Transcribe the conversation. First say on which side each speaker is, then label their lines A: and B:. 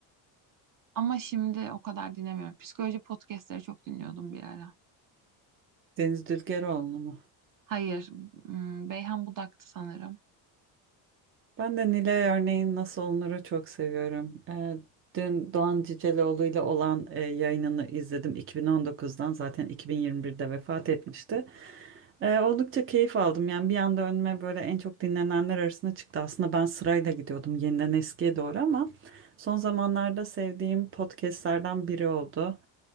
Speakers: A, on the right (about 45°); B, on the right (about 30°).
A: Ama şimdi o kadar dinlemiyorum. Psikoloji podcastleri çok dinliyordum bir ara.
B: Deniz Dülgeroğlu mu?
A: Hayır, hmm, Beyhan Budak'tı sanırım.
B: Ben de Nilay örneğin nasıl olunur'u çok seviyorum. Ee, dün Doğan Ciceloğlu ile olan e, yayınını izledim 2019'dan zaten 2021'de vefat etmişti. Ee, oldukça keyif aldım yani bir anda önüme böyle en çok dinlenenler arasında çıktı. Aslında ben sırayla gidiyordum yeniden eskiye doğru ama son zamanlarda sevdiğim podcastlerden biri oldu.